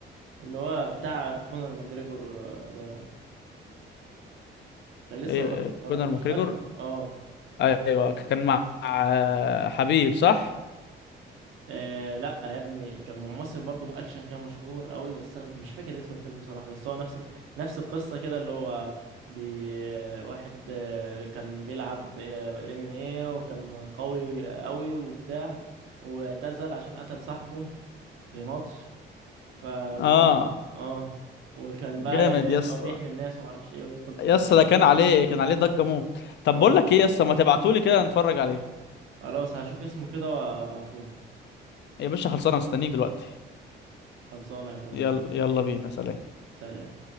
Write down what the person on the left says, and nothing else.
ايه
إيه،
كونر
ماكريجور
ايوه كان مع آه، حبيب صح
اه
جامد
يس
يس
ده كان عليه كان عليه ضجة موت طب
بقول لك ايه يس ما تبعتولي كده نتفرج عليه
يا باشا خلصانه مستنيك دلوقتي
يلا يلا بينا سلام